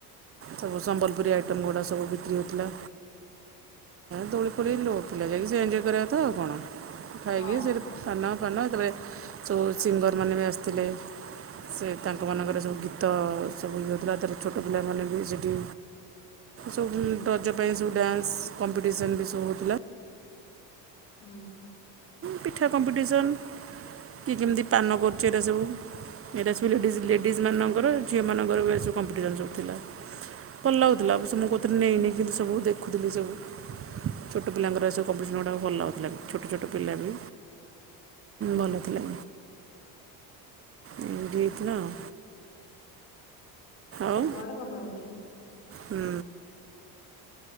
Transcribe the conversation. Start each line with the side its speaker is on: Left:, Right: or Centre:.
Right: ସବୁ ସମ୍ବଲପୁରୀ ଆଇଟମ୍ ଗୁଡ଼ା ସବୁ ବିକ୍ରି ହେଉଥିଲା ଦୋଳି ପୋଳିି ଲ ପିଲା ଯାଇକି ସେ ଏଞୟ କରିବା ତ ଆଉ କଣ। ଖାାଇଗି
Left: ହଁ
Right: ସ ସାନ। ାନ ଏତେପଳେ ସବୁ ସିଙ୍ଗରମାନେେ ବି ଆସିଥିଲେ ସେ ତାଙ୍କ ମାନଙ୍କରେ ସବୁ ଗୀତ ସବୁ ଇଏ ହେଉଥିଲା ତାର ଛୋଟ ପିଲାମାନେ ବି ସେଇଠି ସବୁ ରଜ ପାଇଁ ସବୁ ଡ୍ୟାନ୍ସ କମ୍ପିଟିସନ୍ ବି ସବୁ ହେଉଥିଲା।
Left: ହୁଁ।
Right: ପିଠା କମ୍ପିଟିସନ୍ କି କେମିତି ପାନ କରୁଛି ଏଇଟା ସବୁ ଏଇଟା ସବୁ ଲେଡ଼ିଜ ଲେଡ଼ିଜ୍ ମାନଙ୍କର ଝିଅମାନଙ୍କର ଏ ସବୁ କମ୍ପିଟିସନ୍ ସବୁ ଥିଲା ଭଲ ଲାଗୁଥିଲା ସ ମୁଁ କଉଥିରେ ନେଇନି କିନ୍ତୁ ସବୁ ଦେଖୁଥିଲି ସବୁ ଛୋଟ ପିଲାଙ୍କର ସବୁ କମ୍ପିଟିସନ୍ ଗୁଡ଼ାକ ଭଲ ଲାଗୁଥିଲା କି ଛୋଟ ଛୋଟ ପିଲା ବି ଭଲ ଥିଲେ। ଏମ୍ ତି ହେଇଥିଲା ଆଉ।
Left: ସବୁଆଡେ
Right: ଆଉ
Left: ଭଲ ହଉଚି।
Right: ହୁଁ।